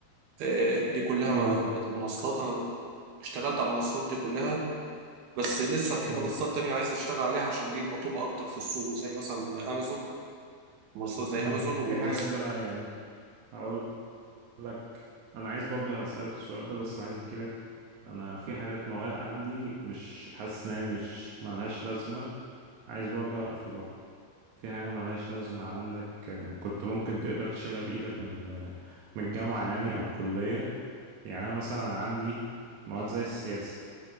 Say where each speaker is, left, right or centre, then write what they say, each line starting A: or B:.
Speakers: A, on the right (about 80°); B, on the right (about 65°).
A: آه، دي كلها
B: أمم،
A: م- منصات انا اشتغلت على المنصات دي كلها بس لسه في
B: أيوة
A: منصات تانية عايز اشتغل عليها عشان دي المطلوبه اكتر في السوق زي مثلا امازون منصات زي
B: أمم.
A: امازون ومنصه
B: في حاجات بقى يعني هقول لك أنا عايز برضو هسألك السؤال ده بس عايز أحكي لك أنا في حاجات مواد عندي مش حاسس إنها مش ملهاش لازمة عايز برضو أعرف لو في حاجة ملهاش لازمة عندك آه، كنت ممكن تقدر تشيلها بإيدك من ال- من الجامعة يعني أو الكلية يعني أنا مثلا عندي مواد زي السياسة